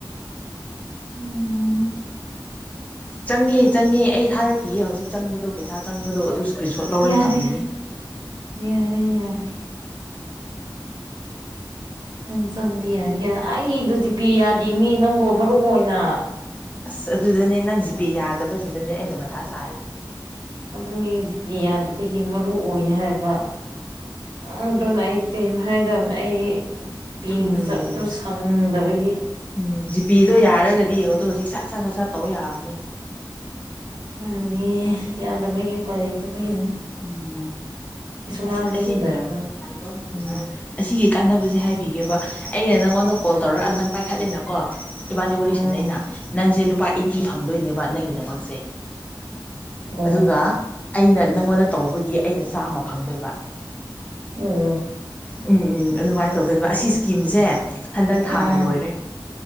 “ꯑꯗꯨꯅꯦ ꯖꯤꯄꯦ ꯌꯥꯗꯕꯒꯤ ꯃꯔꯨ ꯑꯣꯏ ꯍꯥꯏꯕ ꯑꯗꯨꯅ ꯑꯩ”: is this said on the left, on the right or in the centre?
Right